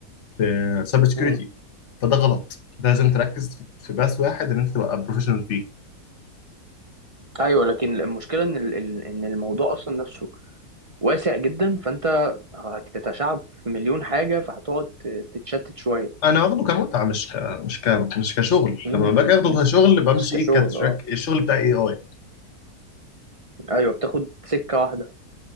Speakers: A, on the left; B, on the right.
A: في سايبر سكيورتي
B: مم.
A: فده غلط ده لازم تركز في في بس واحد ان انت تبقى بروفيشنال فيه
B: ايوه لكن المشكلة ان ال- ال- ان الموضوع اصلا نفسه واسع جدا فانت هتتشعب في مليون حاجة فهتقعد ت- تتشتت شوية
A: انا واخده كمتعه مش ك... مش ك... مش كشغل
B: مم.
A: لما باجي اخده
B: مش
A: كشغل بمشي
B: مش كشغل
A: ايه كتراك
B: اه
A: الشغل بتاع اي اي
B: ايوه بتاخد سكة واحدة